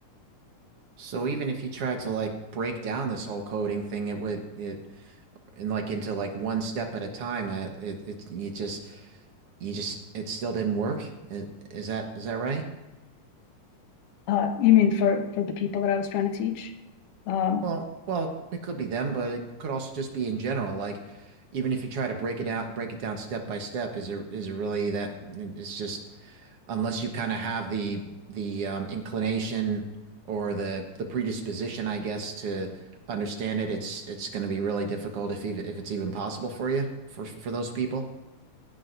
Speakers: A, on the right; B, on the left.
A: So even if you tried to like break down this whole coding thing, it would it and like into like one step at a time. uh, It it you just you just it still didn't work. is that is that right?
B: Uh, you mean for, for the people that I was trying to teach? Um,
A: Well, well, it could be them, but it could also just be in general. Like, even if you try to break it out, break it down step by step, is it is it really that? It's just unless you kind of have the the um, inclination or the the predisposition, I guess, to understand it. It's it's going to be really difficult if even if it's even possible for you for for those people.